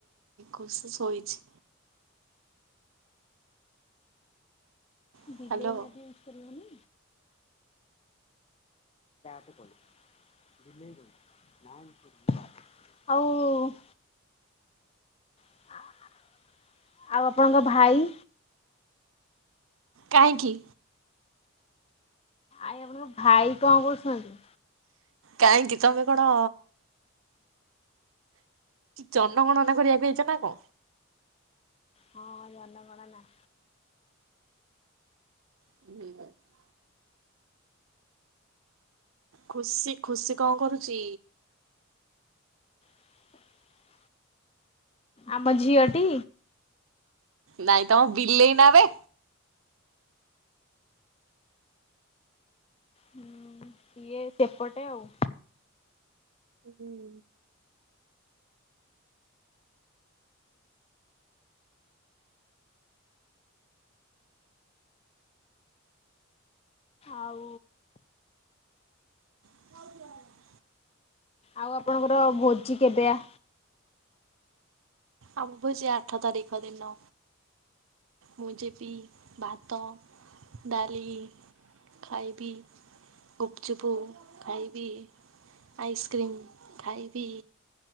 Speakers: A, on the right (about 70°); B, on the left (about 25°).
A: ଖୁସି ସୋଇଛି। ହ୍ୟାଲୋ
B: ବିଲେଇ ନାଁ ବି ଇଉଜୁ କରିବୁନି <unintelligible> ବିଲେଇ <unintelligible> ହଉ। <unintelligible> ଆଉ ଆପଣଙ୍କ ଭାଇ।
A: କାହିଁକି?
B: ଆଇ ଆପଣଙ୍କ ଭାଇ କଅ କରୁଛନ୍ତି?
A: କାହିଁକି ତମେ କଣ? ଜନଗଣନା କରିବାକୁ ଆଇଚ ନା କଅ?
B: ହଁ ଜନଗଣନା।
A: <inaudible> ଖୁସି ଖୁସି କଅ କରୁଚି?
B: <inaudible> ଆମ ଝିଅଟି।
A: ନାଇଁ ତମ ବିଲେଇ ନାଁ ବେ।
B: ହୁଁ ସିଏ ସେପଟେ ଆଉ
A: ହୁଁ।
B: ଆଉ
A: <inaudible>
B: ଆଉ ଆପଣଙ୍କର ଭୋଜି କେବେ ଆ
A: ଆମ ଭୋଜି ଆଠ ତାରିଖ ଦିନ। ମୁଁ ଯିବି ଭାତ ଡାଲି। ଖାଇବି। ଗୁପ୍ ଚୁପୁ ଖାଇବି ଆଇସକ୍ରିମ ଖାଇବି।